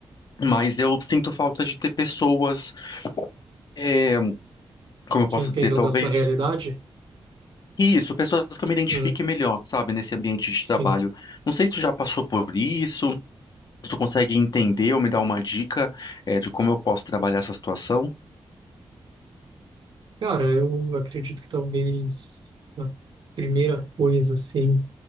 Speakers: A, on the left; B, on the right.
A: mas eu sinto falta de ter pessoas, é, como eu
B: Que
A: posso
B: entendam
A: dizer, talvez.
B: da sua realidade?
A: Isso, pessoas que eu me identifique
B: Hum.
A: melhor, sabe, nesse ambiente de
B: Sim.
A: trabalho. Não sei se tu já passou por isso, tu consegue entender ou me dar uma dica, eh, de como eu posso trabalhar essa situação?
B: Cara, eu acredito que talvez a primeira coisa, assim,